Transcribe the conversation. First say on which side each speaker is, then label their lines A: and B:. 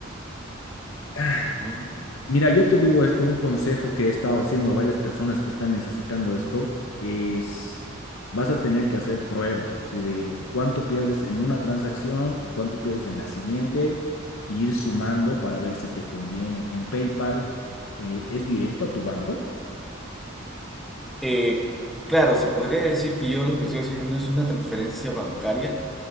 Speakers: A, on the left (about 75°); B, in the centre.
A: Ah,
B: Mm.
A: mira, yo te digo esto, un consejo que he estado haciendo a varias personas que están necesitando esto es, vas a tener que hacer pruebas, así de cuánto pierdes en una transacción y cuánto pierdes en la siguiente, e ir sumando para ver si te conviene. En PayPal, eh, ¿es directo a tu banco?
B: Eh, claro, se podría decir que yo lo que estoy haciendo es una transferencia bancaria